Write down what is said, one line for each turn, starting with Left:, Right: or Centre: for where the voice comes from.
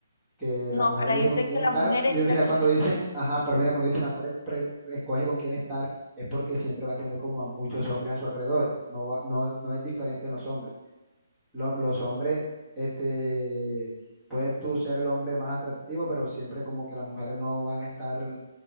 Centre: que
Left: no,
Centre: la mujer
Left: pero
Centre: elige
Left: ahí dice
Centre: con quién
Left: que
Centre: estar.
Left: la mujer
Centre: Yo,
Left: es la
Centre: Mira,
Left: que
Centre: cuando
Left: elige,
Centre: dicen, ajá, pero mira, cuando dicen la mujer pre- escoge con quién estar, es porque siempre va a tener como a muchos hombres a su alrededor. No va- no, no es diferente en los hombres. Lo- los hombres, este, puedes tú ser el hombre más atractivo, pero siempre como que las mujeres no van a estar